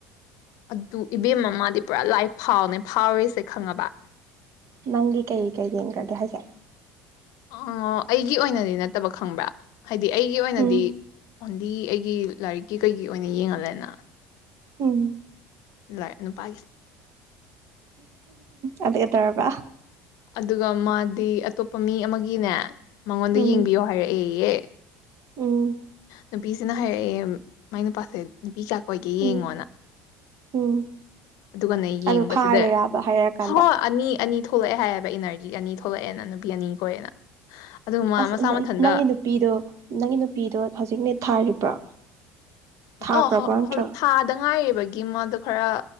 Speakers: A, on the left; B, on the right.
A: ꯑꯗꯨ ꯏꯕꯦꯝꯃ ꯃꯥꯗꯤ ꯄꯨꯔꯥ ꯂꯥꯏ ꯐꯥꯎꯅꯦ ꯐꯥꯎꯔꯤꯁꯦ ꯈꯪꯉꯕ
B: ꯅꯪꯒꯤ ꯀꯩ ꯀꯩ ꯌꯦꯡꯈ꯭ꯔꯒꯦ ꯍꯥꯏꯁꯦ
A: ꯑꯣ ꯑꯩꯒꯤ ꯑꯣꯏꯅꯗꯤ ꯅꯠꯇꯕ ꯈꯪꯕ꯭ꯔꯥ ꯍꯥꯏꯗꯤ ꯑꯩꯒꯤ ꯑꯣꯏꯅꯗꯤ
B: ꯎꯝ
A: ꯑꯣꯟꯂꯤ ꯑꯩꯒꯤ ꯂꯥꯏꯔꯤꯛꯀꯤ ꯀꯩꯒꯤ ꯑꯣꯏꯅ ꯌꯦꯡꯍꯜꯂꯦꯅ
B: ꯎꯝ
A: ꯂꯥꯛ ꯅꯨꯄꯥꯒꯤꯁꯦ
B: ꯑꯗꯨꯒ ꯇꯧꯔꯕ
A: ꯑꯗꯨꯒ ꯃꯥꯗꯤ ꯑꯇꯣꯞꯄ ꯃꯤ ꯑꯃꯒꯤꯅꯦ ꯃꯉꯣꯟꯗ
B: ꯎꯝ
A: ꯌꯦꯡꯕꯤꯌꯣ ꯍꯥꯏꯔꯛꯑꯦꯌꯦ
B: ꯎꯝ
A: ꯅꯨꯄꯤꯁꯤꯅ ꯍꯥꯏꯔꯛꯑꯦ ꯃꯥꯏ ꯅꯨꯄꯥꯁꯦ ꯅꯨꯄꯤ ꯀꯌꯥ ꯀꯣꯏꯒꯦ
B: ꯎꯝ
A: ꯌꯦꯡꯉꯣꯅ
B: ꯎꯝ
A: ꯑꯗꯨꯒꯅꯦ
B: ꯑꯗꯣ
A: ꯌꯦꯡꯕꯁꯤꯗ
B: ꯐꯥꯔꯤꯔꯕ ꯍꯥꯏꯔꯛꯑꯀꯥꯟꯗ
A: ꯍꯣ ꯑꯅꯤ ꯑꯅꯤ ꯊꯣꯛ ꯊꯣꯛꯂꯛꯑꯦ ꯍꯥꯏꯌꯦꯑꯕ ꯏꯅꯔꯖꯤ ꯑꯅꯤ ꯊꯣꯛꯂꯛꯑꯦꯅ ꯅꯨꯄꯤ ꯑꯅꯤ ꯀꯣꯏꯔꯦꯅ ꯑꯗꯨ ꯃꯥ
B: ꯑꯁ
A: ꯃꯁꯥ ꯃꯊꯟꯇ
B: ꯅꯪꯒꯤ ꯅꯨꯄꯤꯗꯣ ꯅꯪꯒꯤ ꯅꯨꯄꯤꯗꯣ ꯍꯧꯖꯤꯛꯅꯦ ꯊꯥꯔꯤꯕ꯭ꯔꯣ ꯊꯥꯈ꯭ꯔꯕ꯭ꯔꯣ
A: ꯑ <unintelligible>
B: ꯅꯠꯇ꯭ꯔꯒ
A: ꯊꯥꯗ ꯉꯥꯏꯔꯤꯕꯒꯤ ꯃ ꯑꯗꯨꯣ ꯈꯔ